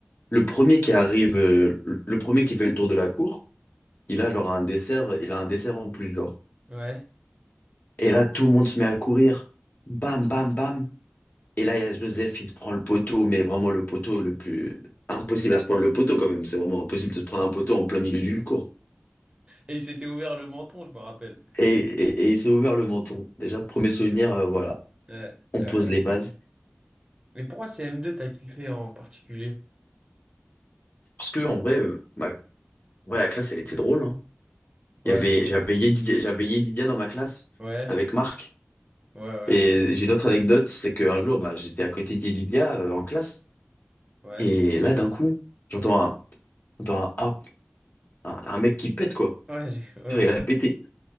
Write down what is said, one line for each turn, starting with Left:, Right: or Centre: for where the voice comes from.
Left: Le premier qui arrive, euh, le premier qui fait le tour de la cour, il a genre un dessert, il a un dessert en plus, genre.
Right: Ouais.
Left: Et là, tout le monde se met à courir. Bam, bam, bam. Et là, il y a Joseph, il se prend le poteau, mais vraiment le poteau le plus... Impossible à se prendre le poteau quand même. C'est vraiment impossible de se prendre un poteau en plein milieu d'une cour.
Right: Et il s'était ouvert le menton, je me rappelle.
Left: Et, et, et il s'est ouvert le menton. Déjà, premier souvenir, euh, voilà.
Right: Ouais.
Left: On
Right: Euh,
Left: pose les bases.
Right: Mais pourquoi C m 2 t'as kiffé en particulier?
Left: Parce que, en vrai, euh, ma- ouais, la classe, elle était drôle, hein.
Right: Ouais.
Left: Il y avait, j'avais Yedidia, j'avais Yedidia dans ma classe
Right: Ouais.
Left: avec Marc.
Right: Ouais, ouais,
Left: Et
Right: je me rappelle.
Left: j'ai une autre anecdote, c'est qu'un jour, bah, j'étais à côté d'Edunia euh, en classe,
Right: Ouais.
Left: et là, d'un coup, j'entends un, j'entends un, hop, un, un mec qui pète, quoi.
Right: Ouais, j'ai- ouais,
Left: Genre, Il a pété,
Right: ok.